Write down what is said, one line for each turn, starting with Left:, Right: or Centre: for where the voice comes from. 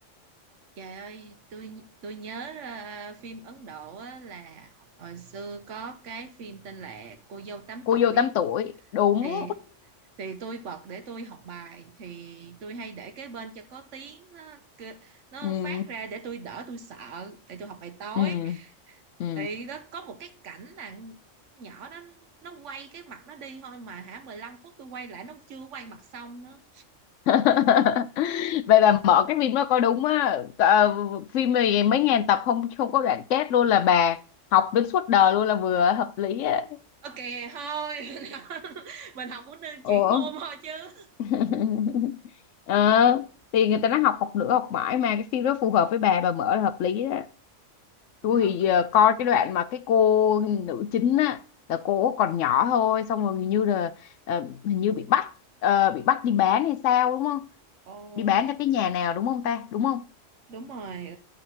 Right: Trời ơi, tôi tôi nhớ ờ, phim Ấn Độ á, là hồi xưa có cái phim tên là Cô dâu tám
Left: cô
Right: tuổi
Left: dâu tám tuổi đúng
Right: thì thì tôi bật để tôi học bài thì tôi hay để kế bên cho có tiếng nó, kê- nó
Left: <laughs> ừ,
Right: phát ra để tôi đỡ tôi sợ để tôi học bài tối
Left: ừ ừ
Right: thì đó có một cái cảnh là nhỏ đó nó quay cái mặt nó đi thôi mà hả 15 phút tôi quay lại nó chưa quay mặt xong nữa
Left: <laughs> vậy là mở cái phim đó coi đúng á Ờ, phim này mấy ngàn tập không không có đoạn chết luôn là bà học đến suốt đời luôn là vừa hợp lý á
Right: ok thôi <laughs> mình học cũng nên
Left: ủa
Right: chuyển môn thôi chứ
Left: <laughs> ờ thì người ta nói học học nữa học mãi mà cái phim đó phù hợp với bà bà mở là hợp lý á tôi
Right: học
Left: thì giờ coi cái đoạn mà cái cô nữ chính á là cô còn nhỏ thôi xong rồi hình như là ờ, hình như bị bắt ờ, bị bắt đi bán hay sao đúng không
Right: ồ oh,
Left: đi bán cho cái nhà nào đúng không ta đúng không
Right: đúng rồi